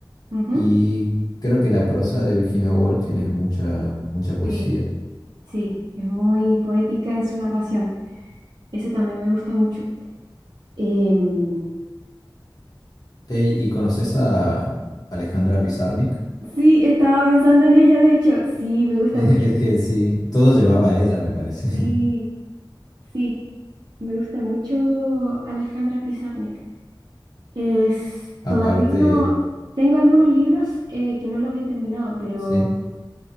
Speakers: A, on the right (about 60°); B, on the left (about 50°).
A: ujú.
B: Y creo que la prosa de Virginia Woolf tiene mucha, mucha poesía.
A: Sí, sí, es muy poética en su narración. Eso también me gusta mucho. Em,
B: Ey, ¿y conoces a Alejandra Pizarnik?
A: sí, estaba pensando en ella, de hecho. Sí, me
B: <laughs>
A: gusta
B: Es
A: mucho.
B: que sí, todo llevaba a ella, me parece. <laughs>
A: Sí, sí, me gusta mucho Alejandra Pizarnik. Es,
B: Aparte,
A: todavía no, tengo algunos libros eh, que no los he terminado, pero
B: sí,